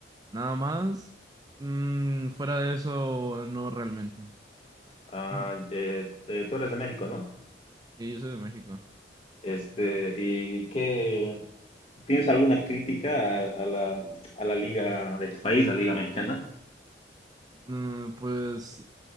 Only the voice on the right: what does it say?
Nada más. Mm, fuera de eso, no realmente.
<laughs>
Sí, yo soy de México.
Mm, pues